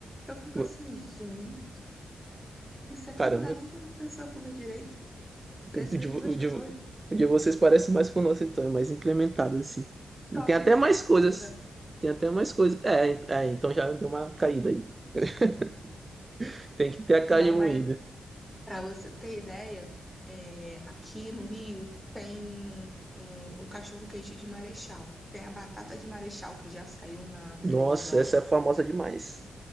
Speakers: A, in the centre; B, on the right.
A: Eu fico
B: O-
A: assim, gente, isso aqui
B: Caramba,
A: não dá nem pra uma pessoa comer direito. Precisa
B: o de,
A: de
B: vo-
A: duas
B: o de,
A: pessoas,
B: vo- o de vocês parece mais com o nosso, então, é mais incrementado, assim. E
A: só
B: Tem
A: não
B: até
A: tem
B: mais
A: a carne
B: coisas.
A: moída.
B: Tem até mais coisas. É, en- é, então já deu uma caída aí. <laughs> Tem que ter a carne
A: Não,
B: moída.
A: mas Para você ter ideia, é, aqui no Rio tem é, o cachorro-quente de Marechal, tem a batata de Marechal que já saiu na televisão.
B: Nossa, essa é famosa demais.